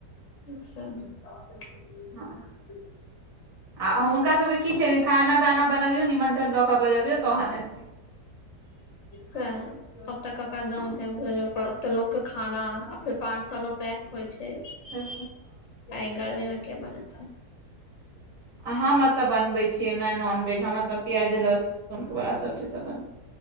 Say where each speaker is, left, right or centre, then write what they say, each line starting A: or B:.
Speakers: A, on the left (about 50°); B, on the right (about 75°).
A: उहू।
B: हँ आ हम हुनकासभके की छै खाना ताना बनबियौ निमन्त्रण दऽ कऽ बजबियौ तखन एथिन।
A: से अतेक कक्करा
B: हँ
A: दम छै भोजो करत। तऽ लोग के खाना आ फेर पार्सलो पैक होय छै।
B: हँ।
A: अइ गर्मीमे के बनेतइ।
B: आ हम एतऽ बनबे छियै नय नॉनवेज हम अतऽ प्याज लहसुन बला सब्जी बन